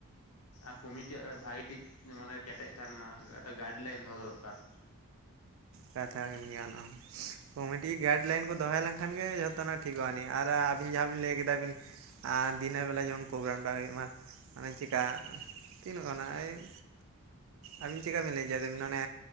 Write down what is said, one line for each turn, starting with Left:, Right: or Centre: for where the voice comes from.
Left: ᱟᱨ ᱠᱚᱢᱤᱴᱤᱭᱟᱜ ᱵᱷᱟᱜᱮ ᱴᱷᱤᱠ ᱢᱚᱱᱮ ᱠᱮᱴᱮᱡ ᱛᱟᱦᱮᱸᱱ ᱢᱟ ᱜᱟ ᱜᱟᱭᱤᱰ ᱞᱟᱭᱤᱱ ᱫᱚᱦᱚ ᱫᱚᱨᱠᱟᱨ᱾
Right: ᱠᱟᱛᱷᱟ ᱠᱟᱱ ᱜᱮᱭᱟ ᱚᱱᱟ ᱦᱚᱸ ᱠᱚᱢᱤᱴᱤ ᱜᱟᱭᱤᱰ ᱞᱟᱭᱤᱱ ᱠᱚ ᱫᱚᱦᱚᱭ ᱞᱮᱱᱠᱷᱟᱱ ᱜᱮ ᱡᱷᱚᱛᱚᱱᱟᱜ ᱴᱷᱤᱠᱚ ᱟᱹᱱᱤᱡ ᱟᱨ ᱟᱹᱵᱤᱱ ᱡᱟᱦᱟᱸ ᱵᱤᱱ ᱞᱟᱹᱭ ᱠᱮᱫᱟ ᱵᱤᱱ, ᱟᱨ ᱫᱤᱱᱮ ᱵᱮᱞᱟ ᱡᱮᱢᱚᱱ ᱯᱨᱳᱜᱨᱟᱢ ᱴᱟᱜ ᱦᱳᱭᱳᱜ ᱢᱟ᱾ ᱢᱟᱱᱮ ᱪᱤᱠᱟ ᱛᱤᱱ ᱠᱷᱚᱱᱟᱜ ᱟᱭᱩᱵᱽ, ᱟᱹᱵᱤᱱ ᱪᱤᱠᱟ ᱵᱤᱱ ᱞᱟᱹᱭ ᱠᱮᱭᱟ ᱫᱟᱹᱵᱤᱱ ᱚᱱᱮ